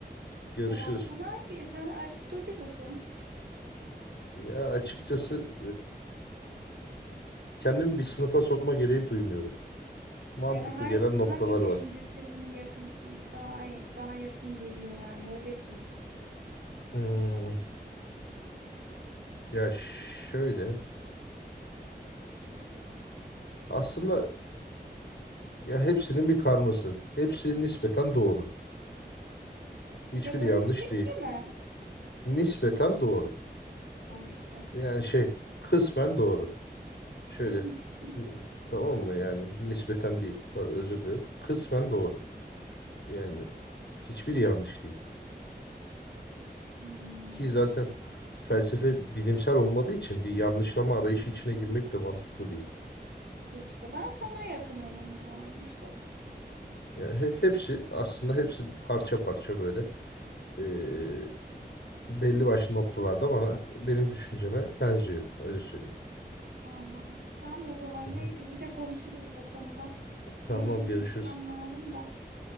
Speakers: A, on the left; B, on the right.
A: Görüşürüz.
B: Tamam. Sen hangi sen Aristocu musun?
A: Ya açıkçası e, kendimi bir sınıfa sokma gereği duymuyorum. Mantıklı
B: Yani hangi,
A: gelen noktalar
B: hangi düşünce
A: var.
B: senin yakın daha daha yakın geliyor yani öyle diyeyim.
A: Hmm, ya şöyle. Aslında ya hepsinin bir karması. Hepsi nispeten doğru. Hiçbiri
B: Hedonistlik
A: yanlış değil.
B: de mi?
A: Nispeten doğru.
B: Al işte.
A: Yani şey kısmen doğru. Şöyle.
B: <laughs>
A: hmm, Tamam mı? Yani nispeten değil. Pardon, Özür dilerim. Kısmen doğru. Yani hiçbiri yanlış değil.
B: Hmm.
A: Ki zaten felsefe bilimsel olmadığı için bir yanlışlama arayışı içine girmek de mantıklı değil.
B: Yok işte ben sana yakın olanı sormuştum.
A: Yani he- hepsi aslında hepsi parça parça böyle eee, belli başlı noktalarda bana benim düşünceme benziyor. Öyle söyleyeyim.
B: Anladım. Tamam o zaman
A: Hı hı.
B: neyse yine konuşuruz bu konuda.
A: Tamam
B: Benim şimdi
A: görüşürüz.
B: gitmem lazım da.